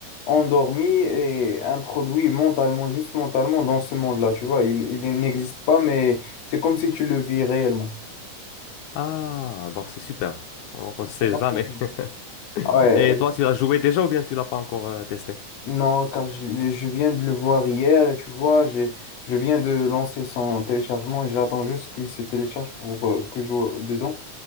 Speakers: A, on the left; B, on the left.
A: endormi et introduit mentalement, juste mentalement dans ce monde-là, tu vois. Il, il n'existe pas, mais c'est comme si tu le vis réellement.
B: Ah, donc c'est super. Donc, on ne sait
A: T'as pas
B: jamais.
A: compris.
B: <laughs>
A: Ouais,
B: Et toi, tu l'as joué déjà ou bien tu l'as pas encore euh, testé?
A: non, car je, je viens de le voir hier et tu vois, j'ai, je viens de lancer son téléchargement et j'attends juste qu'il se télécharge pour euh, que je joue dedans.